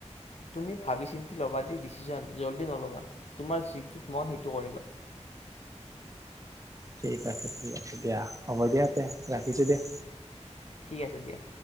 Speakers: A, on the left; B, on the right.
A: তুমি ভাবি চিন্তি ল'বা দেই দিছিচন জলদি নল'বা, তোমাৰ যি মন সেইটো কৰিবা
B: ঠিক আছে ঠিক আছে দিয়া, হ'ব দিয়া তে ৰাখিছোঁ দিয়া
A: ঠিক আছে দিয়া।